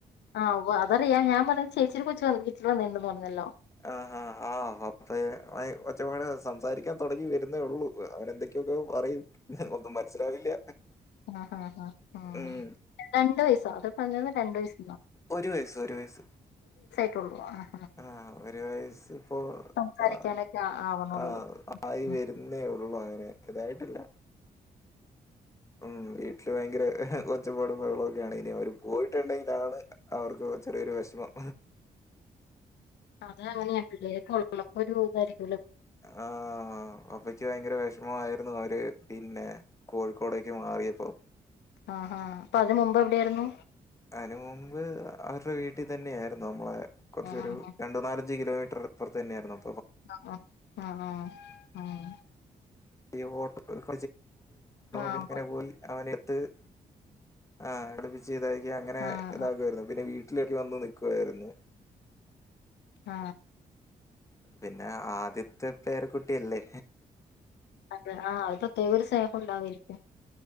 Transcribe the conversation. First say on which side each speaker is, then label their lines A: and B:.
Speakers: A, on the left (about 80°); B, on the left (about 15°).
A: ആഹ് ഒവ്വ് അതറിയ ഞാൻ പറഞ്ഞത് ചേച്ചിടെ കൊച്ച് വന്ന് വീട്ടില് വന്നീന്നു പറഞ്ഞല്ലൊ
B: ആ ആ ആഹ് അപ്പ കൊച്ചമ്മേട് സംസാരിക്കാൻ തുടങ്ങി വരുന്നേ ഉള്ളൂ അവൻ എന്തൊക്കെയൊക്കെയോ പറയും ഒന്നും മനസ്സിലാവില്ല
A: ആ ആ ആ
B: ഉം.
A: രണ്ട വയസ അത് പറഞ്ഞന്ന് രണ്ട വസ
B: ഒരു വയസ് ഒരു വയസ്സ്.
A: ള
B: ആ ഒരു വയസിപ്പോ
A: സംസാരിക്കാനൊക്കെ
B: ആ
A: ആ- ആവണുള്ളൂ
B: ആ ആയി
A: ഉം.
B: വരുന്നേ ഉള്ളൂ അങ്ങനെ ഇതായിട്ടില്ല ഉം വീട്ടില് ഭയങ്കര ഒച്ചപ്പാടും ബഹളോക്കെയാണ് ഇനി അവര് പോയിട്ടൊണ്ടെങ്കിലാണ് അവർക്ക് പ്പ ചെറിയൊരു വെഷമം.
A: അത അങ്ങനെയാ പിള്ളേക്കെ ഉള്ളപ്പോ ഒരുതായിരിക്കും
B: ആ അപ്പയ്ക്ക് ഭയങ്കര വിഷമമായിയിരുന്നു അവര് പിന്നെ കോഴിക്കോടേക്ക് മാറിയപ്പോ
A: ആഹാ അപ്പൊ അതിനന് മുമ്പ് എവിടെ ആയിരുന്നു
B: അതിനു മുമ്പ് അവരുടെ വീട്ടിൽ തന്നെയ ആായിരുന്നു നമ്മളെ കുറച്ചൊരു
A: ആഹ്
B: രണ്ടു നാല അ കിലോമറ്റർപ്പറത്ത്ന്നായിരുന്നു അ
A: ആഹ ആഹ ആഹ് ആഹ ആഹ
B: <unintelligible>
A: ആഹ് ആഹ്
B: പിന്നങ്ങനെ പോയി <unintelligible> ആ അടുപ്പച്ച് ഇതാക്കി അങ്ങനെ
A: ആഹ്
B: ഇതകമായിരുന്നു പിന്നെ വീട്ട ട്ടിലേക്കു വന്നു നിക്കുവാരുന്നു
A: ആ
B: പിന്നെ ആദ്യത്തെ പേരക്കുട്ടിയല്ലേ
A: ആ അ പ്രത്യേക ഒരു സ്നേഹം ഉണ്ടാാവരിക്കും